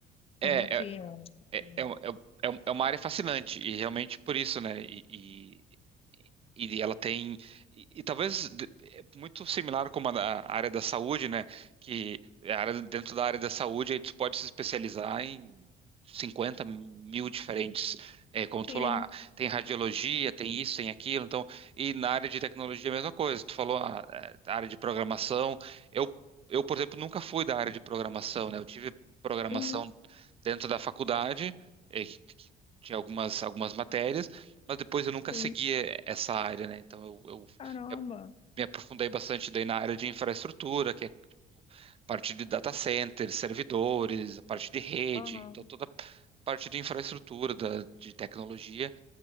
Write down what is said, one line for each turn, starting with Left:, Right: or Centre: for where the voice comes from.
Right: é,
Left: como que
Right: é,
Left: é um pouquinho.
Right: é, é, um- é um- é uma área fascinante e realmente por isso, né? E, E ela tem, e, e talvez de- é muito similar como a, da- a área da saúde, né? Que é a área, dentro da área da saúde, aí tu pode se especializar em 50 mil diferentes. É, como tu
Left: Sim,
Right: falou, ah, tem radiologia, tem isso, tem aquilo. Então, e na área de tecnologia é a mesma coisa. Tu falou a, a área de programação. Eu, eu, por exemplo, nunca fui da área de programação, né? Eu tive programação
Left: uhum,
Right: dentro da faculdade, eh, que- que tinha algumas, algumas matérias mas depois eu nunca
Left: sim.
Right: segui eh, essa área, né? Então eu, eu
Left: Caramba.
Right: me me aprofundei bastante daí na área de infraestrutura, que é tipo, parte de data centers, servidores, a parte de rede,
Left: Aham.
Right: então toda a parte de infraestrutura, da- de tecnologia.